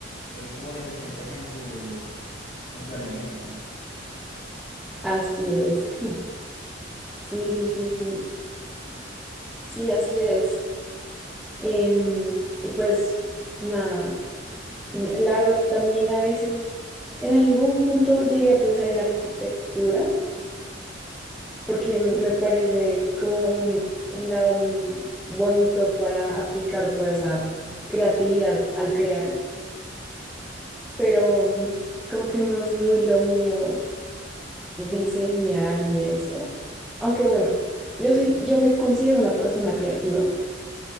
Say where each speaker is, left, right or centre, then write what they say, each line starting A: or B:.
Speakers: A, on the left; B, in the centre.
A: porque es como que te sientes en tu, en tu elemento.
B: Así es. <laughs> Sí, sí, sí, sí. Sí, así es. Em, y pues nada, y la verdad, también a veces en algún punto llegué a pensar en arquitectura porque me parece como un, un lado muy bonito para aplicar toda esa creatividad al crear, pero <laughs> como que no es muy lo mío diseñar y eso. Aunque bueno, yo soy, yo me considero una persona creativa